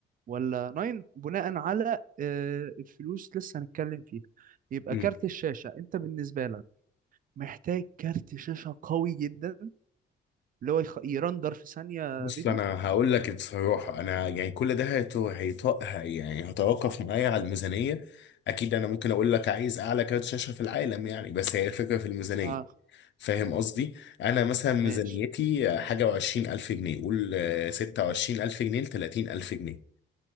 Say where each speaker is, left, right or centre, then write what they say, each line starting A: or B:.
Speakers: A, on the right; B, on the left.
A: ولا 9 بناء على آه، الفلوس لسه هنتكلم فيها يبقى
B: مم.
A: كارت الشاشة انت بالنسبة لك محتاج كارت شاشة قوي جدا اللي هو يخ... يرندر في ثانية
B: بص
A: فيديو
B: انا هقول لك بصراحة انا يعني كل ده هيت- هيط- هي يعني هتوقف معايا على الميزانية اكيد انا ممكن اقول لك عايز اعلى كارت شاشة في العالم يعني بس هي الفكرة في الميزانية
A: اه
B: فاهم قصدي انا مثلا ميزانيتي
A: ماشي
B: حاجة وعشرين الف جنيه قول آه، ستة وعشرين الف جنيه لتلاتين الف جنيه